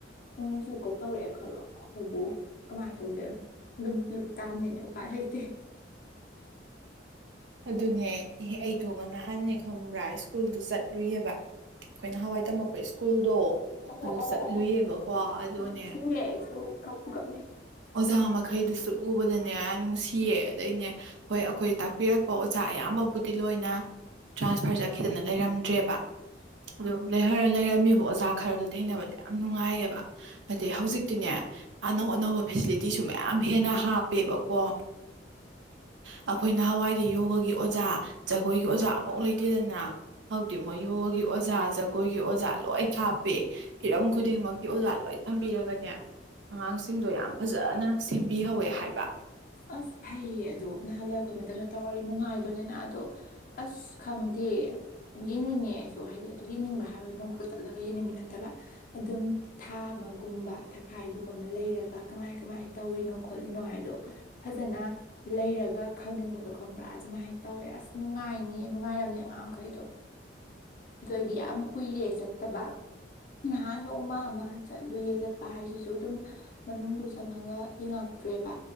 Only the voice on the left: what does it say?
ꯅꯣꯡꯂꯁꯨ ꯀꯣꯛ ꯇꯧꯔꯛꯑꯦ ꯈꯜꯂꯣ ꯑꯩꯈꯣꯏꯕꯨ ꯀꯃꯥꯏꯅ ꯇꯧꯗꯦꯝ ꯑꯗꯨꯝ ꯂꯨꯞꯇꯥꯥꯕꯅꯤꯅꯦ ꯎꯄꯥꯏ ꯂꯩꯇꯦ
ꯑꯣ
ꯑꯣ
ꯑꯣ
ꯅꯤꯡꯁꯤꯡꯉꯦ ꯑꯩꯁꯨ ꯀꯞꯄꯨ ꯀꯞꯅꯤꯡ
ꯑꯁ ꯐꯩꯌꯦ ꯑꯗꯣ ꯅꯍꯥꯟ ꯂꯩꯔꯛ ꯈꯄ ꯃꯇꯝꯗ ꯇꯧꯋꯥꯗꯤ ꯅꯨꯡꯉꯥꯏꯗꯣꯏꯅꯤꯅ ꯑꯗꯣ ꯑꯁ ꯈꯪꯗꯦ ꯌꯦꯡꯅꯤꯡꯉꯦ ꯑꯩꯁꯨ ꯍꯥꯏꯗꯤ ꯑꯗꯨ ꯌꯦꯡꯅꯤꯡꯕ ꯍꯥꯏꯕꯗ ꯅꯣꯡ ꯈꯛꯇ ꯆꯠꯂꯒ ꯌꯦꯡꯅꯤꯡꯕ ꯅꯠꯇꯕ ꯑꯗꯨꯝ ꯊꯥ ꯑꯃꯒꯨꯝꯕ ꯊꯈꯥꯏꯒꯨꯝꯕ ꯑꯃ ꯂꯩꯔꯒ ꯀꯃꯥꯏ ꯀꯃꯥꯏꯅ ꯇꯧꯔꯤꯅꯣ ꯈꯣꯠꯂꯤꯅꯣ ꯍꯥꯏꯗꯣ ꯐꯖꯅ ꯂꯩꯔꯒ ꯈꯪꯅꯤꯡꯕꯗꯣ ꯈꯪꯕ꯭ꯔꯥ ꯑꯗꯨꯃꯥꯏꯅ ꯇꯧꯋꯦ ꯑꯁ ꯅꯨꯡꯉꯥꯏꯅꯤ ꯍ ꯅꯨꯡꯉꯥꯏꯔꯝꯅꯤ ꯑꯉꯥꯡ ꯃꯈꯩꯗꯣ ꯑꯗꯨ ꯑꯣꯏꯗꯤ ꯌꯥꯝ ꯀꯨꯏꯔꯦ ꯆꯠꯇꯕ ꯅꯍꯥꯟ ꯅꯣꯡꯃ ꯑꯃꯥ ꯆꯠ ꯂꯨꯌꯦ ꯆꯠ ꯍꯥꯏꯁꯤꯁꯨ ꯑꯗꯨꯝ ꯃꯅꯨꯡꯗꯨ ꯆꯪꯉꯒ ꯌꯦꯡꯉꯛꯇ꯭ꯔꯦꯕ